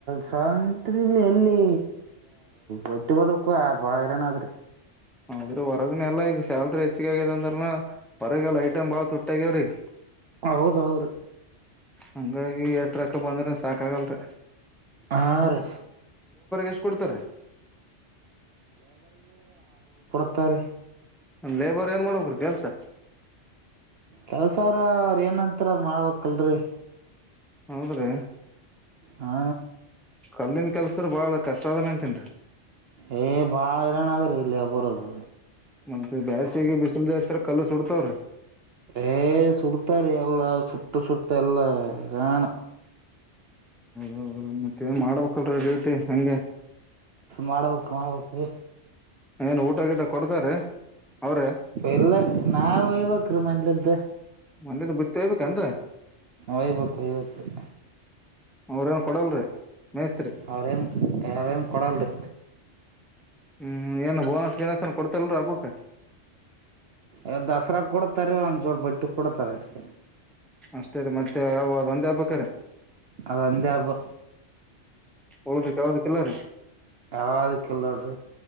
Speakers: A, on the right; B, in the centre.
A: ಸ್ವಾಮತ್ರಲಿ ಎಲ್ಲಿ ಹೊಟ್ಟಿ ಬದಕ್ಕೂ ವೈರನಾದ್ರ
B: ಹೌದ್ರಿ ಹೊರಗನೆಲ್ಲ ಈಗ ಸ್ಯಾಲ್ರಿ ಹೆಚ್ಚಗ ಆಗದ ಅಂದ್ರನ ಹೊರಗೆ ಎಲ್ಲ ಐಟಮ್ ಬಾಳ ತುಟ್ಟ ಆಗ್ಯವ್ರೀಗ
A: ಹೌದ ಹೌ ರ
B: ಹಂಗಾಗಿ ಎರಟ್ರಕ್ಕ ಬಂದ್ರ ಸಾಕ ಆಗಲ್ರಿ
A: ಆರ್
B: ಎಷ್ಟ್ ಕೊಡ್ತಾರೀ
A: ತರ
B: ಲೇಬರ್ ಏನ್ ಮಾಡ್ಬೇಕರು ಕೆಲ್ಸ
A: ಕೆಲಸ ಅವ್ರ ಅವ್ರು ಏನಂತಾರೆ ಅದು ಮಾಡ್ಬೇಕಲ್ರರಿ
B: ಆದ್ರೆ
A: ಹಾ
B: ಕಲ್ಲಿಂದ ಕೆಲ್ಸದ್ರ ಬಾಳ ಕಷ್ಟ ಆದದನ ಅಂತನ್ರಿ
A: ಏ ಬಾಳ ಇರಾಣ ಅದ್ರಿ ಇಲ್ಲಿ ಬರೋದು
B: ಮ ಬ್ಯಾಸಿಗೆ ಬಿಸಿಲು ಜಾಸ್ರ ಕಲ್ಲು ಸುಡ್ತವ್ರಿ
A: ಏ ಸುಡ್ತಾರ ಎಲ್ಲ ಸುಟ್ಟ ಸುಟ್ಟ ಎಲ್ಲ ರಾಣ
B: ಹೌದೌದ್ರೀ ಮತ್ತೆ ಏನ್ ಮಾಡ್ಬೇಕಲ್ರೀ ಡೇಟಿ ಹಂಗೆ
A: ಮಾಡ್ಬೇಕು ಮಾಡ್ಬೇಕು ರೀ
B: ಏನ್ ಊಟ ಗಿಟ ಕೊಡ್ತಾರ ಅವ್ರೆ
A: ಎಲ್ಲ ನಾವ ಹಯ್ಬೇಕ ರೀ ಮಜ್ಲದ್ದ
B: ಮನೇದ ಬುತ್ತಿ ಒಯಬೇಕ್ ಏನ್ರೀ
A: ಒಯ್ಬೇಕ್ ಒಯ್ಬೇಕ್ರಿ
B: ಅವ್ರ ಏನ್ ಕೊಡಲ್ರಿ ಮೇಸ್ತ್ರಿ
A: ಅವರೇನು ಅವರೇನು ಕೊಲ್ಲಳ್ರಿ
B: ಹ್ಮ್ ಏನು ಬೋನಸ್ ಗನಸನ್ ಕೊಡ್ತಲ್ರ ಹಬ್ಬಕ್ಕ
A: ಎ ದಸರಾ ಕಡ ತರ ಒಂದ ಜೋಡ್ ಬಟ್ಟು ಕಡತರಷ್ಟ
B: ಅಷ್ಟೇ ರೀ ಮತ್ತೆ ಯಾವ ಅ ಒಂದೇ ಹಬ್ಬಾರೆ
A: ಅದ ಒಂದೇ ಹಬ್ಬ
B: ಉಳದಿದಕ ಯಾವದಕ್ಕೂ ಇಲ್ಲ ರಿ
A: ಯಾವದಕ ಇಲ್ಲೋಡ್ರಿ